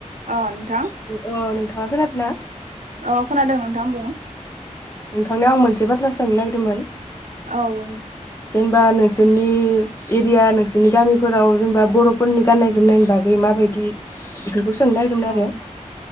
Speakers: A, on the right (about 80°); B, on the left (about 20°).
A: अ। नोंथां
B: अह'नोंथां। नोंथाङा खोनादों ना?
A: अ' खोनादों नोंथां बुं।
B: नोंथांनियाव आं मोनसे बाथ्रा सोंनो नागिरदोंमोन
A: औ बुं।
B: जेनेबा नोंसोरनि एरिया नोंसोरनि गामिफोराव जेनेबा बर'फोरनि गाननाय जोमनायनि बागै माबायदि सोंनो नागिरदोंमोन
A: अंह
B: आरो